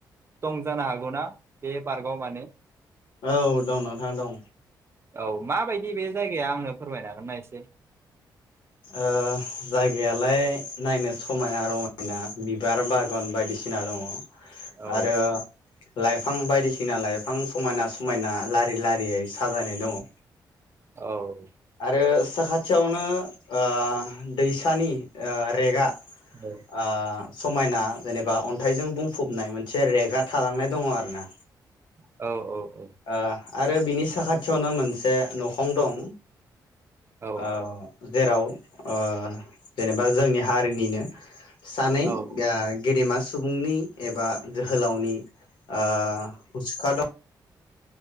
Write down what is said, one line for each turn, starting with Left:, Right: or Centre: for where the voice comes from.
Right: दं जानो हागौना बे पार्कआव माने
Left: औ दं नोंथां दं
Right: औ माबायदि बे जायगाया आंनो फोरमायनो हागोनना इसे
Left: ओ जायगायालाय नायनो समायना रमायना बिबार बागान बायदिसिना दङ
Right: औ
Left: आरो लाइफां बायदिसिना लाइफां समायना समायना लारि लारियै साजायनाय दङ
Right: औ
Left: आरो साखाथियावनो ओ दैसानि ओ रेगा
Right: औ
Left: ओ समायना जेनेबा अन्थाइजों बुंफबनाय मोनसे रेगा थालांनाय दङ आरो ना
Right: औ औ
Left: ओ आरो बिनि साखाथियावनो मोनसे न'खर फं दं
Right: औ
Left: ओ जेराव ओ जेनेबा जोंनि हारिनिनो सानैै ओ
Right: औ
Left: गेदेमा सुबुंनि एबा जोहोलावनि ओ मुसुखा दं